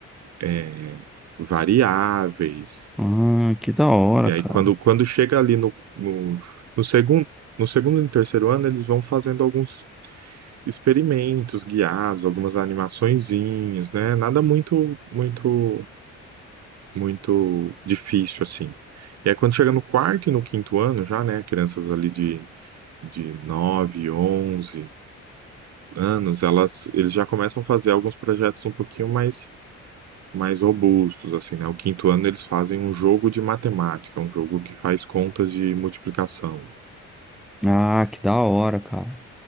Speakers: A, on the right; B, in the centre.
A: é, variáveis,
B: Ah, que da hora,
A: E
B: cara.
A: aí, quando, quando chega ali no, no, no segundo, no segundo e no terceiro ano, eles vão fazendo alguns experimentos guiados, algumas animaçõezinhas, né? Nada muito, muito, muito difícil, assim. E aí, quando chega no quarto e no quinto ano, já, né? Crianças ali de, de nove onze anos, elas, eles já começam a fazer alguns projetos um pouquinho mais, mais robustos, assim, né? O quinto ano, eles fazem um jogo de matemática, um jogo que faz contas de multiplicação.
B: Ah, que da hora, cara.